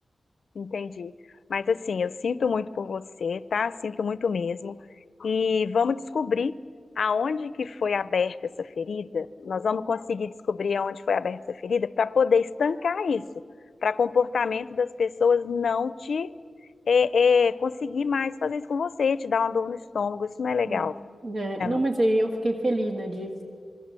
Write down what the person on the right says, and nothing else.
né? É,
não,
mas aí eu fiquei feliz, né? De,